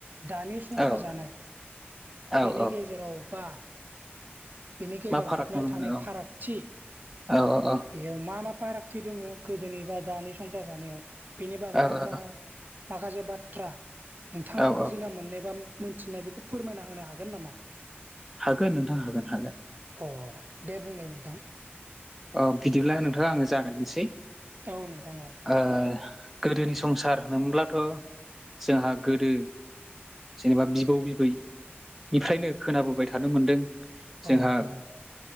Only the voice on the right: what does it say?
दानि संसार
जानाय
बेनि
गेजेराव बा बेनि गेजेराव
हाबनानै
थानाय फारागथि
बेयाव मा मा पारागथि दोङो गोदोनि बा दानि संसार जानायाव बेनि बागै
नोंथाङा
माखासे बाथ्रा नोंथाङा
बुजिना
मोननाय बा मोनथिनाय बेखौ फोरमायना होनो हागोन नामा?
अ दे बुंलाय नोंथां
औ नोंथां औ
औ नोंथां औ